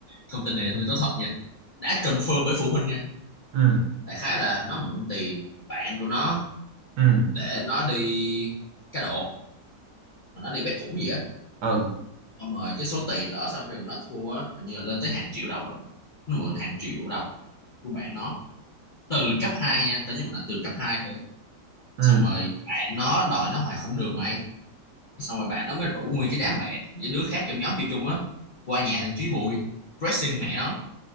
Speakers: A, on the left (about 45°); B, on the right (about 75°).
A: thông tin này thông tin có thật nha đã confirm bởi phụ huynh nha
B: ừ
A: đại khái là nó mượn tiền bạn của nó
B: ừ
A: để nó đi cá độ mà nó đi bet ủng gì á
B: ừ
A: xong rồi cái số tiền đó sau khi mà nó thua á hình như là lên tới hàng triệu đồng lận nó mượn hàng triệu đồng của bạn nó từ cấp 2 nha tao nhớ mà là từ cấp 2 thôi á.
B: ừ
A: xong rồi bạn nó đòi nó hoài không được mày xong rồi bạn nó mới rủ nguyên cái đám bạn với đứa khác trong nhóm chơi chung á qua nhà thằng Chí Bùi pressing mẹ nó